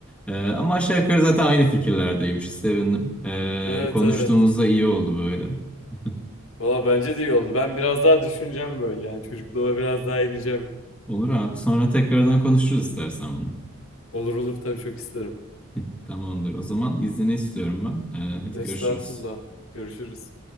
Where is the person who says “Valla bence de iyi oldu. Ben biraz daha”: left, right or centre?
Left